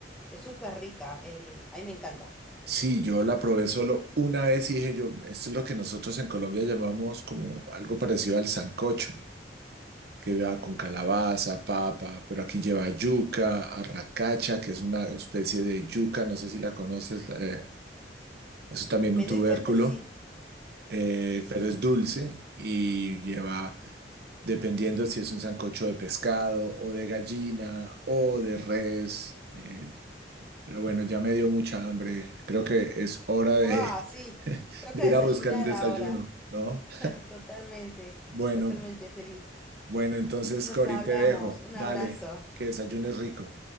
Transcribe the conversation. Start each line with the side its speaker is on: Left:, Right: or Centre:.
Centre: Es súper rica, eh, a mí me encanta.
Right: Sí, yo la probé solo una vez y dije yo, esto es lo que nosotros en Colombia llamamos como algo parecido al sancocho. que lleva con calabaza, papa, pero aquí lleva yuca, arracacha, que es una especie de yuca, no sé si la conoces, eh, es también
Centre: Me
Right: un tubérculo,
Centre: doy cuenta, sí,
Right: eh,
Centre: sí, sí,
Right: pero
Centre: sí.
Right: es dulce y lleva, dependiendo si es un sancocho de pescado o de gallina o de res, eh, pero bueno, ya me dio mucha hambre, creo que es hora de,
Centre: ¡Wow! Sí,
Right: <laughs>
Centre: toca
Right: de ir
Centre: desayunar
Right: a buscar el desayuno,
Centre: ahora. <laughs>
Right: ¿no?
Centre: Totalmente,
Right: Bueno,
Centre: totalmente feliz.
Right: bueno, entonces
Centre: Nos
Right: Cori,
Centre: hablamos,
Right: te dejo,
Centre: un
Right: dale,
Centre: abrazo.
Right: que desayunes rico.